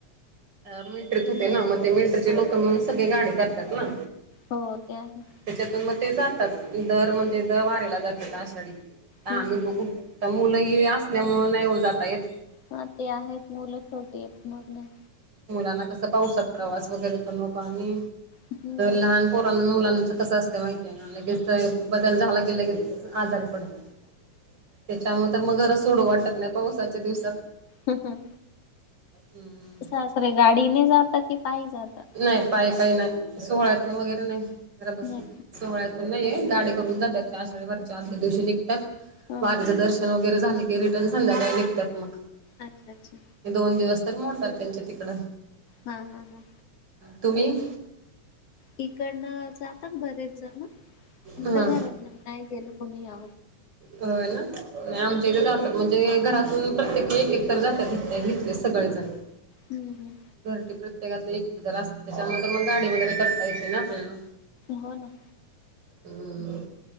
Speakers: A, on the right; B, on the left.
A: मिल्ट्रीत होते ना मग ते मिल्ट्रीचे
B: हा
A: लोक मिळुन सगळे गाडी करतात ना.
B: हो ते आहे
A: त्याच्यातून मग ते जातात दर म्हणजे दर वाराला जातात आषाढीत तर आम्ही
B: हम्म हम्म
A: बघू तर मुलं ह असल्यामुंळ नाही हो जात येत
B: हा ते आहेत मुलं छोटी आहेत मग नाही
A: मुलांना कसं पाऊसात प्रवास वगैरे पण नको आणि
B: हम्म
A: लहान मुलांच कसं असते माहिती आहे ना लगेच बदल झाला के लगे आजारी पडतात त्याच्यामुळे तर मग घर सोडू वाटत नाही पावसाच्या दिवसात.
B: हम् हम्
A: हम्म
B: सासरे गाडीने जातात की पाय जातात.
A: नाही पाय पाय नाही सोहळ्यात वगैरे नाही जरा बसून
B: नाही
A: सोहळ्यात नाहीे गाडे करून जातात त्या आषाढ वारीच्या आदल्या दिवशी निघतात
B: हा
A: वारीचं
B: हा
A: दर्शन वगैरे झाले की संध्याकाय निघतात मग.
B: अच्छा अच्छा
A: दोन दिवस तर मोडतात त्यांच्या तिकडं.
B: हा हा हा
A: तुम्ही
B: इकडनं जातात बरेच जण आमच्या
A: हां
B: घरात नाही नाही गेलं कोणी ह्या
A: होय ना नाही आमच्या इथे जातात म्हणजे घरातून प्रत्येकी एक एक तर जात इथले सगळेजण. ह
B: हम् हम
A: घरचे प्रत्येकातले एक एक जर असते त्याच्यानंतर मग गाडी वगैरे करता येते ना आपल्याला.
B: हो ना
A: ह